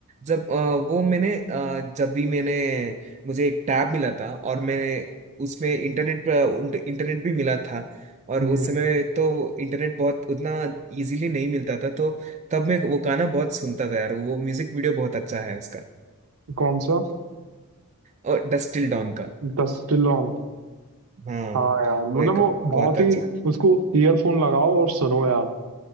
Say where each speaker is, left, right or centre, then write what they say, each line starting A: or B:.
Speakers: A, on the right; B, on the right.
A: जब अ, वो मैंने अ, जब भी मैंने मुझे एक टैब मिला था और मैंने उसमें इंटरनेट पर इंटरनेट भी मिला था और
B: हम्म
A: उस समय तो इंटरनेट बहुत उतना इजीली नहीं मिलता था तो तब मैं वो गाना बहुत सुनता था यार वो म्यूजिक वीडियो बहुत अच्छा है उसका
B: कौन सा
A: और डस्ट टिल डॉन का
B: Dusk till dawn
A: हाँ
B: हाँ यार मतलब
A: वो एक
B: वो बहुत
A: बहुत अच्छा
B: ही
A: है
B: उसको ईयरफोन लगाओ और सुनो यार